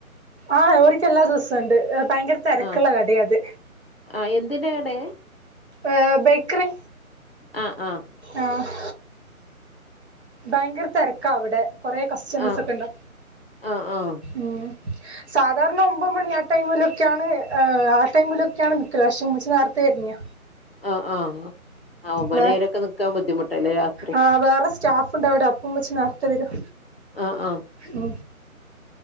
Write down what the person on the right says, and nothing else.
ആഹ് ഇവർക്ക് എല്ലാ ദൂസണ്ട് ഭയങ്കര തെരക്ക്ള്ള
കടയത്.
ഏ ബേക്കറി
ആഹ് ഭയങ്കര തെരക്കാവടെ കൊറേ കസ്റ്റമേസൊക്കെണ്ട?
ഉം സാധാരണ ഒമ്പത് മണി ആ ടൈമിലൊക്കാണ് ആ ആ ടൈമിലൊക്കാണ് നിക്കല് പക്ഷെ ഉമ്മച്ചി നേർത്തെ വരുന്നിയ
വേ
ആ വേറെ സ്റ്റാഫ് ഉണ്ട് അവിടെ അപ്പം ഉമ്മച്ചി നേരത്തെ വരും
ഉം